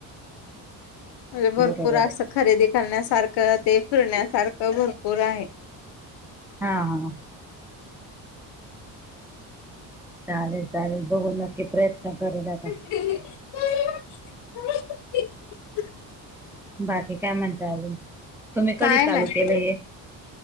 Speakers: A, on the left; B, in the centre.
A: म्हणजे भरपूर
B: बरोबर
A: असं
B: आहे
A: खरेदी करण्यासारखं ते फिरण्यासारखं भरपूर आहे.
B: हा हा. चालेल चालेल बघू नक्की प्रयत्न करेल आता.
A: <unintelligible>
B: बाकी काय म्हणताय अजून, तुम्ही
A: काय
B: कधी चालू
A: नाही
B: केलं हे?